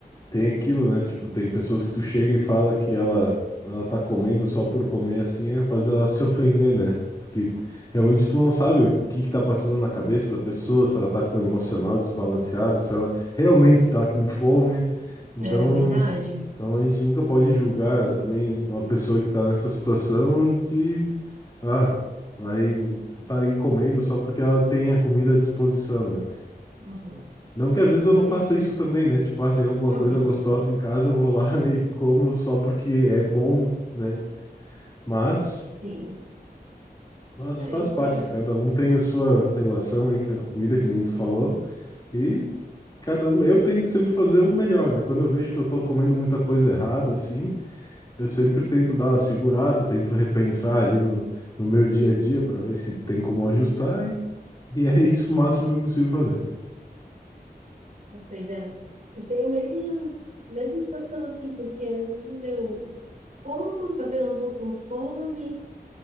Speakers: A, on the left (about 25°); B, on the right (about 50°).
A: tem aquilo, né? Tipo, tem pessoas que tu chega e fala que ela, ela tá comendo só por comer assim, é capaz dela se ofender, né? Porque realmente tu não sabe o que que tá passando na cabeça da pessoa, se ela tá com emocional desbalanceado, se ela realmente tá com fome. Então,
B: É verdade.
A: Então a gente nunca pode julgar também uma pessoa que está nessa situação de, ah, vai tá aí comendo só porque ela tem a comida à disposição, né?
B: Uhum.
A: Não que às vezes
B: Acaba
A: eu não
B: sendo.
A: faça isso também, né? Tipo, ah, tem alguma
B: <laughs>
A: coisa gostosa em casa, eu vou lá <laughs> e como só porque é bom, né? Mas,
B: Sim,
A: mas
B: Ah,
A: faz
B: eu entendo.
A: parte, cada um tem a sua relação aí com a comida, que nem tu falou. E cada um, eu tento sempre fazer o melhor, né? Quando eu vejo que eu tô comendo muita coisa errada, assim, Eu sempre tento dar uma segurada, tento repensar ali no, no meu dia a dia para ver se tem como ajustar, e, e é isso o máximo que eu consigo fazer.
B: Pois é. Eu tenho a mesma, mesma situação assim, porque às vezes eu como, só que eu não tô com fome.